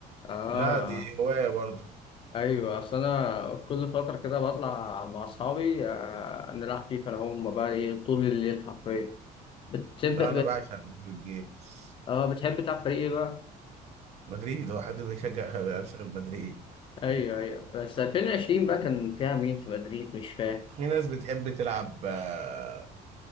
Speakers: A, on the left (about 35°); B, on the right (about 40°).
A: آه
B: لا دي هواية برضه
A: أيوه أصل أنا كل فترة كده بطلع مع أصحابي آه نلعب فيفا أنا هم بقى إيه طول الليل حرفيا بتحب
B: لا أنا بعشق فيديو جيمز
A: اه بتحب تلعب فريق إيه بقى؟
B: مدريد هو حد بيشجع ما بيلعبش غير مدريد
A: ايوه ايوه بس 2020 بقى كان فيها مين في مدريد مش فاهم
B: في ناس بتحب تلعب آه،